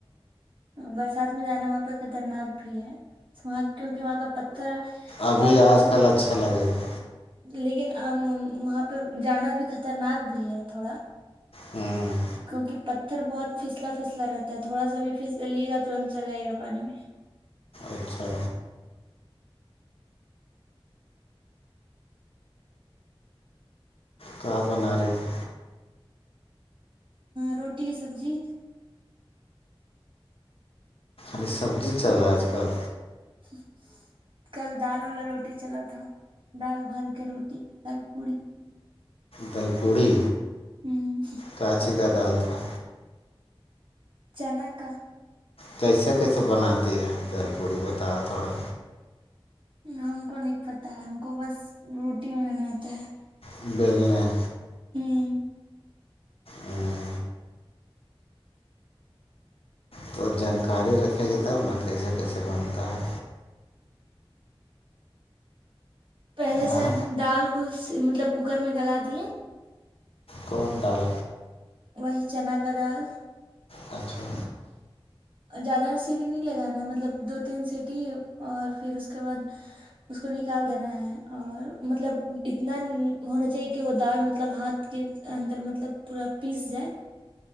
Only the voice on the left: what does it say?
ابھی
آج کل اچھا لگے گا
ہوں
اچھا کہ بنا رہے ہیں
نی سبزی چل رہا ہے آج کل
دل پڑی
کانچی کا دال تھا
کیسے کیسے بناتی ہے دال پوڑی بتاؤ تھوڑا
بل
ہوں تو جانکاری رکھے گی تب نا کیسے کیسے بنتا ہے
ہاں
کون ڈال
اچھا